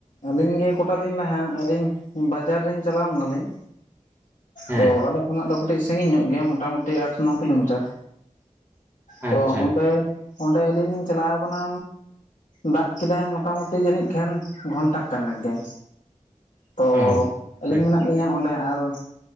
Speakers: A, on the left; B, on the right.
A: ᱟᱹᱞᱤᱧ ᱜᱮ ᱠᱚᱴᱟ ᱫᱤᱱ ᱱᱟᱜ ᱟᱹᱞᱤᱧ ᱵᱟᱡᱟᱨ ᱨᱤᱧ ᱪᱟᱞᱟᱣ ᱞᱮᱱᱟᱞᱤᱧ
B: ᱦᱮᱸ
A: ᱛᱚ ᱟᱞᱮ ᱠᱷᱚᱱᱟᱜ ᱫᱚ ᱠᱟᱹᱴᱤᱡ ᱥᱟᱺᱜᱤᱧ ᱧᱚᱜ ᱜᱮᱭᱟ ᱢᱚᱴᱟᱢᱩᱴᱤ ᱟᱴ ᱱᱚ ᱠᱤᱞᱳᱢᱤᱴᱟᱨ ᱛᱚ
B: ᱟᱪᱪᱷᱟ
A: ᱚᱸᱰᱮ ᱚᱸᱰᱮ ᱟᱞᱤᱧ ᱞᱤᱧ ᱪᱟᱞᱟᱣ ᱠᱟᱱᱟ ᱫᱟᱜ ᱠᱮᱫᱟᱭ ᱢᱚᱴᱟᱢᱩᱴᱤ ᱡᱟᱹᱱᱤᱡ ᱠᱷᱟᱱ ᱜᱷᱚᱱᱴᱟ ᱠᱟᱱ ᱜᱮ ᱛᱚ
B: ᱚ
A: ᱟᱹᱞᱤᱧ
B: ᱟᱪᱪᱷᱟ
A: ᱢᱮᱱᱟᱜ ᱞᱤᱧᱟᱹ ᱚᱸᱰᱮ ᱟᱨ